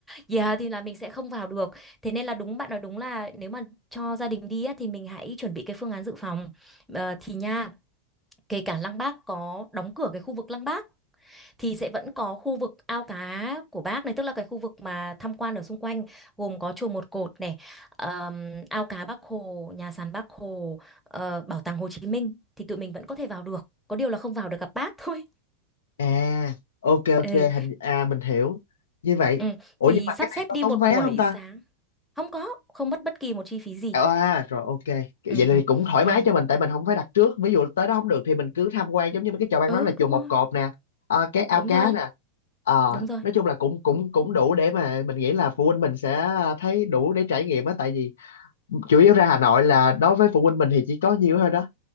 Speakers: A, in the centre; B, on the left.
A: yeah, thì là mình sẽ không vào được. Thế nên là đúng bạn nói đúng là nếu mà cho gia đình đi á, thì mình hãy chuẩn bị cái phương án dự phòng. Ờ, thì nha, kể cả Lăng Bác có đóng cửa cái khu vực Lăng Bác thì sẽ vẫn có khu vực ao cá của bác này tức là cái khu vực mà tham quan ở xung quanh gồm có chùa Một Cột này ờm, ao cá Bác Hồ nhà sàn Bác Hồ ờ, bảo tàng Hồ Chí Minh thì tụi mình vẫn có thể vào được có điều là không vào được gặp bác <laughs> thôi
B: à ok ok
A: ừ,
B: hình à mình hiểu. Như vậy,
A: ừ.
B: ủa
A: thì
B: nhưng mà
A: sắp
B: cái này
A: xếp
B: có
A: đi
B: tốn
A: một
B: vé
A: buổi
B: không ta?
A: sáng không có không mất bất kỳ một chi phí gì
B: Ờ, À rồi ok Vậy
A: ừ
B: thì
A: ừ
B: cũng thoải
A: ừ
B: mái cho mình Tại mình không phải đặt trước Ví dụ tới đó không được Thì mình cứ tham quan Giống như mấy cái chợ ban
A: ừ
B: đó là
A: đúng
B: chùa Một
A: rồi
B: Cột nè ờ, Cái ao
A: đúng
B: cá
A: rồi
B: nè Ờ,
A: đúng rồi
B: Nói chung là cũng cũng cũng đủ để mà Mình nghĩ là phụ huynh mình sẽ thấy đủ để trải nghiệm á Tại vì chủ yếu ra Hà Nội là Đối với phụ huynh mình thì chỉ có nhiêu thôi đó